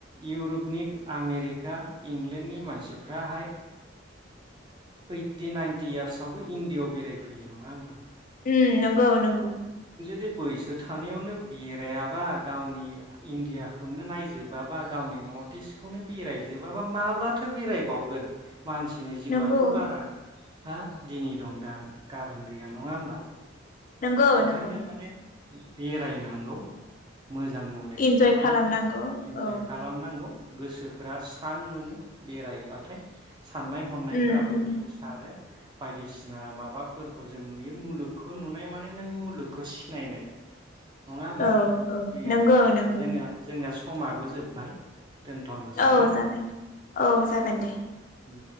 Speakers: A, on the right; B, on the left.
A: इउरुपनि आमेरिका इंलेण्डनि मानसिफ्राहाय ओइटि नाइनटि यार्सआवबो इण्डियाआव बेरायफैयो नंङा होमबा।
B: उम नंगौ नंगौ।
A: बे बैसो थानायावनो बेरायाबा गावनि इण्डियाखौनो नायजोबाबा गावनि नर्थ इस्टखौनो बेरायजोबाबा माब्लाथो बेरायबावगोन मानसिनि जिउआथ'
B: नंगौ
A: बारा हा दिनै दं दा गाबोन गैया नङा होमबा?
B: नंगौ
A: ओंखायनो
B: नंगौ।
A: माने बेरायनांगौ मोजां नलेज
B: इन्जय
A: लानांगौ
B: खालामनांगौ
A: इन्जय
B: औ
A: खालामनांगौ गोसोफोरा स्रां मोनो बेरायबाथाय साननाय हनायफोराबो
B: उम उम
A: गेवसारो बायदिसिना माबाफोरखौ जों नुयो मुलुगखौ नुनाय मा ने नों मुलुगखौ सिनायनाय नङा होमबा,
B: औ औ
A: दे
B: नंगौ
A: आरोखि दे,
B: नंगौ
A: जोंनिया जोंनिया स समाबो जोब्बाय दोनथ'नोसै
B: औ
A: ना
B: जागोन औ जागोन दे।
A: उम